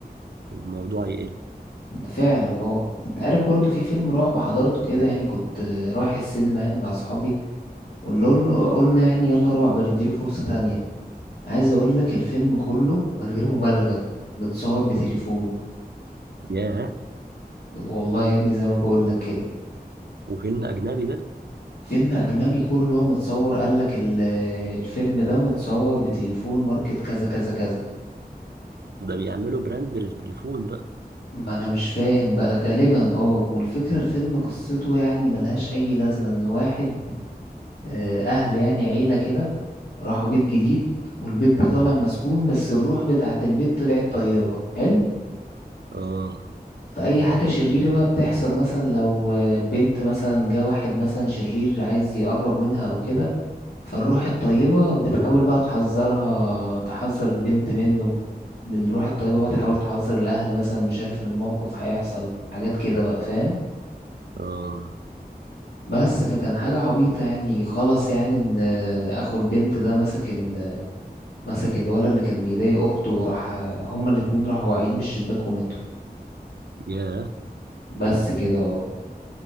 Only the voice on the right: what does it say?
الموضوع يقل
ياه
وفيلم اجنبي ده
ده بيعملوا براند للتليفون بقى
اه
اه
ياه